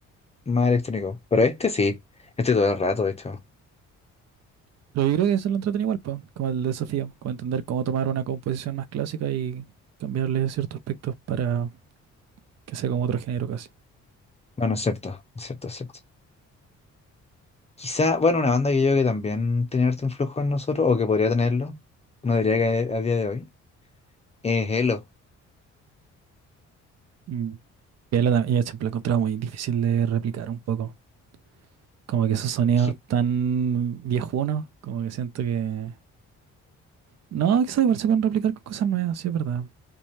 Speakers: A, on the left; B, on the right.
A: más electrónico. Pero este sí, este todo el rato, de hecho.
B: Pero yo creo que eso lo entretiene igual, po, como el desafío, como entender cómo tomar una composición más clásica y cambiarle ciertos aspectos para que sea como otro género casi.
A: Bueno, es cierto, es cierto, es cierto. Quizá, bueno, una banda que yo creo que también tiene harto influjo en nosotros, o que podría tenerlo, no diría que a día de hoy, es Elo.
B: Mm. Y él, la- y siempre lo encontraba muy difícil de replicar un poco. Como que esos sonidos
A: Ji-
B: tan viejunos, como que siento que... No, quizás igual se pueden replicar con cosas nuevas, sí es verdad.